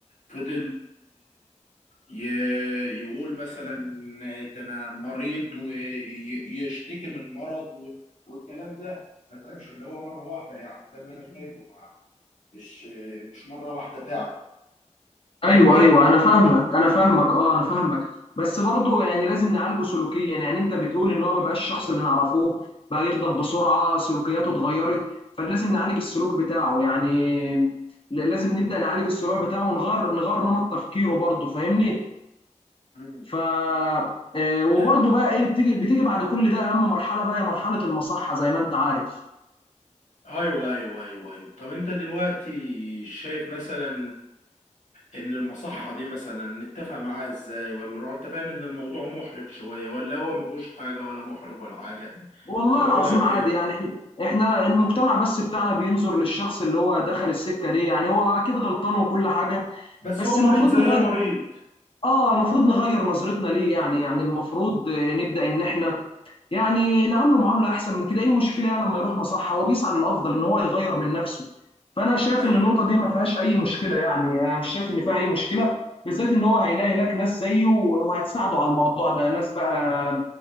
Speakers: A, on the left; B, on the left.
A: فضل ي- يقول مثلا ده انا مريض ويشتكي من المرض و- والكلام ده ما تعبش اللي هو مره واحده يعني ده اللي انا شايفه مع مش مش مره واحده تعب فاهمني؟
B: ايوه ايوه انا فاهمك انا فاهمك اه انا فاهمك بس برضه يعني لازم نعالجه سلوكيا يعني انت بتقول ان هو ما بقاش الشخص اللي نعرفوه بقى يغضب بسرعه سلوكياته اتغيرت فلازم نعالج السلوك بتاعه يعني ل- لازم نبدا نعالج السلوك بتاعه ونغير نغير نمط تفكيره برضه فاهمني
A: مم.
B: ف آه، وبرضه
A: ده
B: بقى ايه بتيجي بتيجي بعد كل ده اهم مرحله بقى هي مرحله المصحه زي ما انت عارف
A: ايوه ايوه ايوه ايوه طب انت دلوقتي شايف مثلا ان المصحه دي مثلا نتفق معاها ازاي ولا رو- انت فاهم ان الموضوع محرج شويه ولا هو ما فيهوش حاجه ولا محرج ولا حاجه
B: والله
A: انت من
B: العظيم
A: رايك
B: عادي
A: ايه؟
B: يعني احنا احنا المجتمع بس بتاعنا بينظر للشخص اللي هو دخل السكة دي يعني هو اكيد غلطان وكل حاجة
A: بس
B: بس
A: هو مريض
B: المفروض
A: زي
B: نغير
A: ايه مريض
B: اه المفروض نغير نظرتنا ليه يعني يعني المفروض آه، نبدأ ان احنا يعني نعامله معامله احسن من كده ايه المشكله يعني لما يروح مصحه هو بيسعى للافضل ان هو يغير من نفسه فانا شايف
A: ايوه
B: ان النقطه دي ما فيهاش اي مشكله يعني انا مش شايف ان فيها اي مشكله بالذات ان هو هيلاقي هناك ناس زيه وهتساعده على الموضوع ده ناس بقى